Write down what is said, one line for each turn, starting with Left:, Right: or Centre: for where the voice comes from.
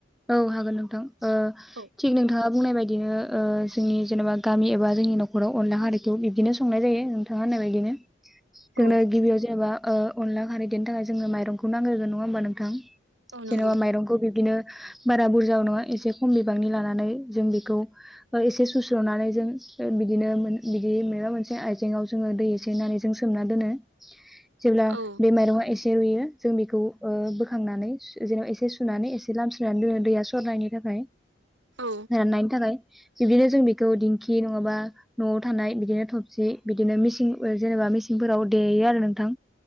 Centre: औ हागोन नोंथां ओ
Right: औ
Centre: थिग नोंथाङा बुंनाय बायदिनो ओ जोंनि जेनेबा गामि एबा जोंनि नखराव अनला हारिखौ बिब्दिनो संनाय जायो नोंथाङा होननाय बायदिनो
Right: औ
Centre: जोंनो गिबियाव जायाबा ओ अनला खारैदेनो थाखाय जोङो माइरंखौ नांग्रोगोन नङा होमबा नोंथां
Right: औ नंगौ
Centre: जेनेबा माइरंखौ बिबदिनो बारा बुरजाबो नङा ए एसे खम बिबांनि लानानै जों बेखौ ओ एसे सुस्र'नानै जों ओ बिदिनो मोन बिदि माबा मोनसे आइजेंआव जोङो दै एसे होननानै जों सोमना दोनो जेब्ला
Right: औ
Centre: बे मायरंआ एसे एसे रुयो जों बिखौ ओ बोखांनानै जेनेबा एसे सुनानै एसे लामा <unintelligible> दैया सरनायनि थाखाय
Right: औ
Centre: राननायनि थाखाय बिब्दिनो जों बेखौ दिंखि नङाबा न'आव थानाय बिदिनो थबसि बिदिनो मिसिं जेनेबा मिसिंफोराव देयो आरो नोंथां